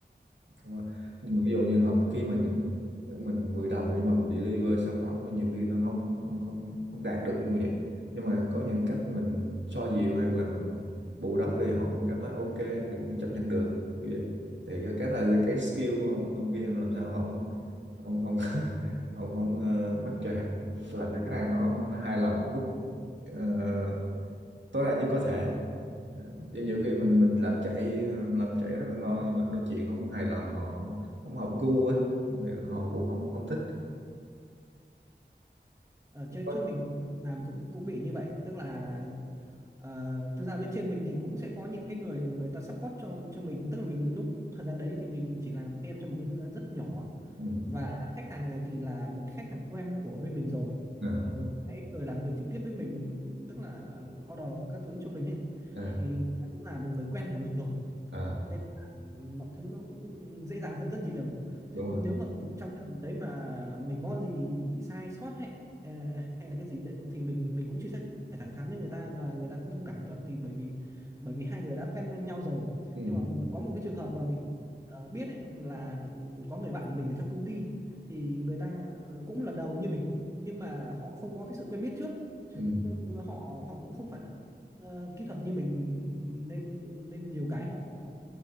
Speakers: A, on the right (about 80°); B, on the right (about 15°).
A: đúng không? nhưng mà ví dụ như hợp khi mà những ờ, mình 10 đồng nhưng mà mình deliver sản phẩm mà nhiều khi nó không không không không đạt được ví dụ vậy nhưng mà có những cách mình xoa dịu hoặc là mình bù đắp thì họ cũng cảm thấy ok thì cũng chấp nhận được như vậy thì cái cái này là cái skill của ông ông kia em làm sao ông ông ông <laughs> ông ông ờ, mắc cho làm cho khách hàng nó, nó hài lòng ở mức ờ, tối đa nhất có thể Ờ, nhưng nhiều khi mình mình làm chạy làm chạy rất là ngon nhưng mà nói chuyện không hài lòng họ không không hợp gu á Thì họ cũng không không thích
B: Ờ, chứ
A: Có-
B: chứ mình làm cũng cũng bị như vậy tức là ờ, thực ra bên trên mình thì cũng sẽ có những cái người người ta support cho cho mình tức là mình lúc thời gian đấy thì mình chỉ làm PM cho một cái dự án rất nhỏ
A: ừ.
B: và khách hàng này thì là một cái khách hàng quen của bên mình rồi
A: à,
B: Ờ, đấy người làm việc trực tiếp với mình tức là order các thứ cho mình ấy
A: à,
B: thì cũng là một người quen của mình rồi
A: à,
B: nên là mọi thứ nó cũng dễ dàng hơn rất nhiều chứ
A: đúng rồi
B: nếu mà trong trường hợp đấy mà mình có gì sai sót hay ờ, hay là cái gì đấy thì mình mình cũng chia sẻ thẳng thắn với người ta và người ta cũng thông cảm cho thì bởi vì bởi vì hai người đã quen với nhau rồi
A: ừ.
B: nhưng mà
A: ừ,
B: có một cái trường hợp mà mình ờ, biết ấy là ừm, có người bạn mình ở trong công ty thì người ta ờ, cũng lần đầu như mình nhưng mà họ không có cái sự quen biết trước
A: ừ,
B: Tức họ họ cũng không phải là ờ, kỹ thuật như mình nên nên nhiều cái họ họ